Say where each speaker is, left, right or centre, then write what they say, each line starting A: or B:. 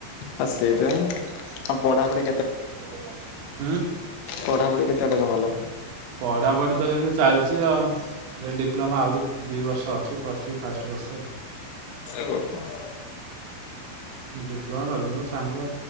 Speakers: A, on the left (about 75°); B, on the right (about 75°).
A: ଆଉ ସେଇଥିପାଇଁ
B: <unintelligible>
A: ଆଉ ପଢ଼ାପଢ଼ି
B: ହୁଁ।
A: ପଢା ପଢି କେତେଵାଟ ତମ ଗଲା?
B: ପଢ଼ାପଢ଼ି ତ ସେମିତି ଚାଲିଚି ଆଉ। ଏଇ ଡିପ୍ଲୋମା ଆହୁରି ଦି ବର୍ଷ ଅଛି କରିଚି ଫାଷ୍ଟ ବର୍ଷ।
A: <unintelligible>
B: ଡିପ୍ଲୋମା <unintelligible> ସାଙ୍ଗ